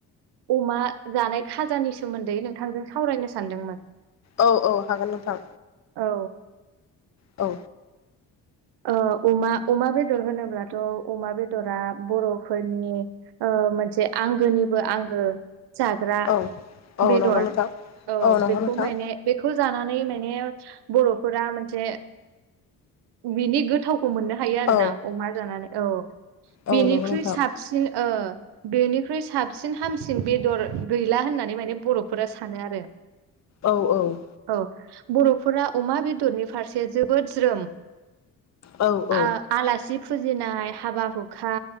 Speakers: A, on the right; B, on the left.
A: अमा जानाय खाजानि सोमोन्दै नोंथांजों सावरायनो सानदोंमोन
B: औ औ हागोन नोंथां
A: औ
B: औ
A: ओ अमा-अमा बेदर होनोब्लाथ' अमा बेदरा बर'फोरनि ओ ओ मोनसे आंगोनिबो आंगो जाग्रा
B: औ औ
A: बेदर
B: नंगौ नोंथां
A: औ
B: नंगौ
A: बेखौ
B: नोंथां
A: माने बेखौ जानानै माने बर'फोरा मोनसे बिनि गोथावखौ मोननो हायो आरो
B: औ
A: ना अमा जानानै औ
B: औ
A: बेनिख्रुइ
B: नंगौ नोंथां
A: साबसिन ओ बेनिख्रुइ साबसिन हामसिन बेदर गैला होननानै माने बर'फोरा सानो आरो
B: औ औ
A: औ बर'फोरा अमा बेदरनि फारसे जोबोद ज्रोम
B: औ औ
A: आ-आलासि फुजिनाय हाबा-हु हा